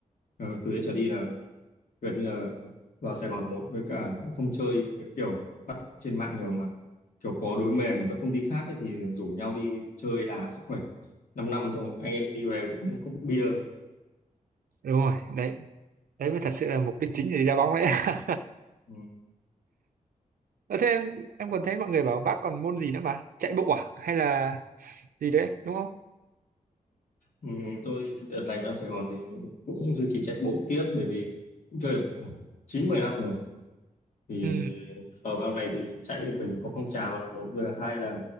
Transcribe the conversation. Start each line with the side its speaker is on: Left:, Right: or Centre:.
Left: Ờ, từ đấy trở đi là gần như là vào Sài Gòn một với cả không chơi cái kiểu bắt trên mạng nhiều mà kiểu có đối mềm ở các công ty khác ấy, thì rủ nhau đi chơi đá sức khỏe 5 năm năm xong anh em đi về cũng cốc bia
Right: <laughs> đúng rồi đấy đấy mới thật sự là mục đích chính để đi đá bóng đấy <laughs>
Left: ừ.
Right: Ờ, thế em, em còn thấy mọi người bảo bác còn môn gì nữa mà chạy bộ à hay là gì đấy đúng không
Left: Ừ, tôi đợt này vào Sài Gòn thì cũng duy trì chạy bộ tiếp bởi vì cũng chơi được khoảng 9 10 năm rồi thì
Right: ừ
Left: ở vào này thì chạy bởi vì có phong trào là một vừa là hai là